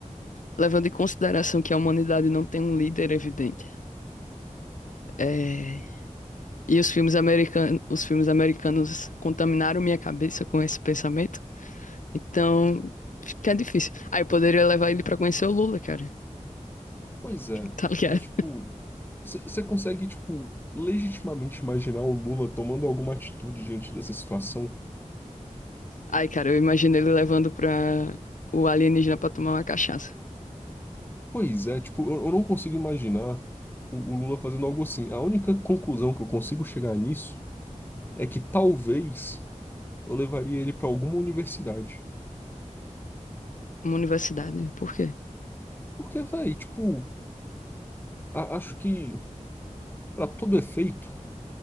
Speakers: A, on the left; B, on the left.
A: levando em consideração que a humanidade não tem um líder evidente. É, E os filmes americanos, os filmes americanos contaminaram minha cabeça com esse pensamento. Então, fica difícil. Aí eu poderia levar ele pra conhecer o Lula, cara. <laughs>
B: Pois é,
A: Tá ligado?
B: mas tipo, você consegue, tipo, legitimamente imaginar o Lula tomando alguma atitude diante dessa situação?
A: Aí, cara, eu imagino ele levando pra o alienígena pra tomar uma cachaça.
B: Pois é, tipo, eu, eu não consigo imaginar o, o Lula fazendo algo assim. A única conclusão que eu consigo chegar nisso é que talvez eu levaria ele pra alguma universidade.
A: Uma universidade. Por quê?
B: Porque, véi, tipo, a- acho que pra todo efeito,